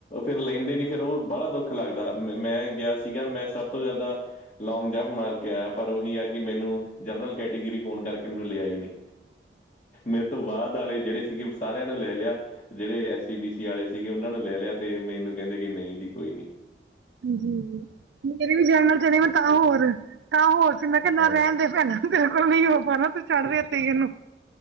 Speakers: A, on the left; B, on the right.
A: ਫੇਰ ਲੈਂਦੇ ਨੀ ਫੇਰ ਓ ਵਾਲਾ ਦੁੱਖ ਲੱਗਦਾ ਮੈਂ ਗੇਆ ਸੀਗਾ ਮੈਂ ਸਬ ਤੋਂ ਜ਼ਾਦਾ ਲੌਂਗ ਜੰਪ ਮਾਰ ਕੇ ਆਏਆ ਪਰ ਓਹੀ ਆ ਕੇ ਮੈਨੂੰ ਜਰਨਲ ਕੈਟੇਗਰੀ ਹੋਨ ਕਰਕੇ ਮੈਨੂੰ ਲੇਆ ਈ ਨਹੀਂ। ਮੇਰੇ ਤੋਂ ਬਾਦ ਆਲੇ ਜੇੜੇ ਸੀਗੇ ਓ ਸਾਰੇਆਂ ਨੂੰ ਲੈ ਲੈਆ। ਜੇੜੇ ਐਸ ਸੀ ਬੀ ਸੀ ਆਲੇ ਸੀਗੇ ਓਨਾਂ ਨੂੰ ਲੈ ਲਿਆ ਤੇ ਮੈਨੂੰ ਕੈਂਦੇ ਕੇ ਨਹੀਂ ਜੀ ਕੋਈ ਨੀ।
B: ਜੀ-ਜੀ ਮੇਰੇ ਵੀ ਜਰਨਲ ਚਣੇ ਮੈਂ ਤਾਂ ਹੋਰ ਤਾਂ ਹੋਰ ਸੀ ਮੈਂ ਕਿਆ ਨਾ
A: ਹਾਂ।
B: ਰੈਨ ਦੇ ਪੈ ਤੇਰੇ ਕੋਲ ਨੀ ਹੋ ਪਾਨਾ ਤੂੰ ਛੜਦੇ ਏਥੇ ਈ ਏਨੂੰ।